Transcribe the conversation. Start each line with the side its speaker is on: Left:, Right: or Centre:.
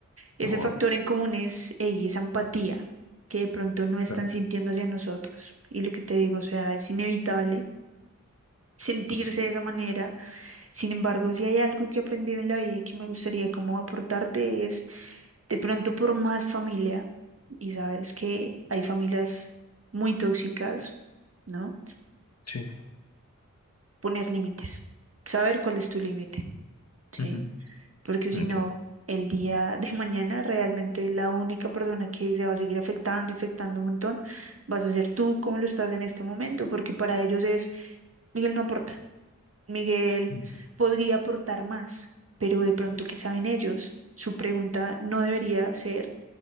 Right: ese
Left: Wow,
Right: factor en común es ey, esa empatía que de pronto no están
Left: claro,
Right: sintiendo hacia nosotros. Y lo que te digo, o sea, es inevitable sentirse de esa manera. Sin embargo, si hay algo que he aprendido en la vida y que me gustaría como aportarte es de pronto por más familia, y sabes que hay familias muy tóxicas, ¿no?
Left: sí,
Right: poner límites, saber cuál es tu límite, ¿sí?
Left: ujú,
Right: Porque
Left: Entiendo,
Right: si no, el día de <laughs> mañana realmente la única persona que se va a seguir afectando, y afectando un montón, vas a ser tú como lo estás en este momento, porque para ellos es, Miguel no aporta, Miguel
Left: ujú.
Right: podría aportar más, pero de pronto, ¿qué saben ellos? Su pregunta no debería ser,